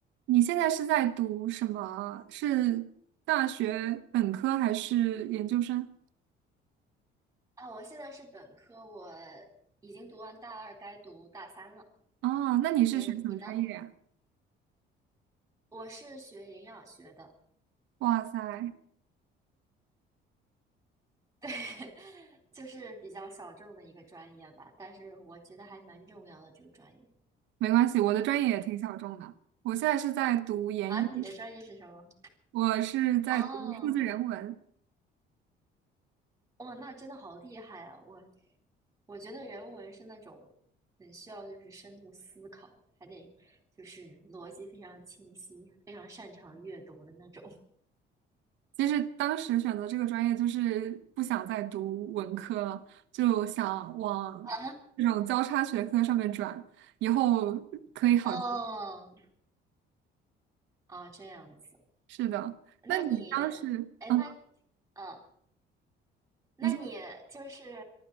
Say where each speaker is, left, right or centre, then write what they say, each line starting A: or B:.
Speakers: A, on the right (about 80°); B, on the right (about 15°).
A: 你现在是在读什么？是大学本科还是研究生？
B: 啊，我现在是本科，我已经读完大二，该读大三了。
A: 哦，那你是学什么专业呀？
B: 你你呢？我是学营养学的，
A: 哇塞，
B: <laughs> 对，就是比较小众的一个专业吧，但是我觉得还蛮重要的这个专业。
A: 没关系，我的专业也挺小众的。我现在是在读研一，
B: 啊，你的专业是什么？
A: 我是在读数字人文。
B: 哦，哇，那真的好厉害啊！我我觉得人文是那种很需要就是深度思考，还得就是逻辑非常清晰，非常擅长阅读的那种。
A: 其实当时选择这个专业就是不想再读文科了，就想往这种交叉学科上面转，
B: <laughs> 啊，
A: 以后可以好记。
B: 哦，哦，这样子。
A: 是的，
B: 那你，
A: 那你当时，
B: 哎，
A: 嗯。
B: 那，嗯，那你就是，
A: 你。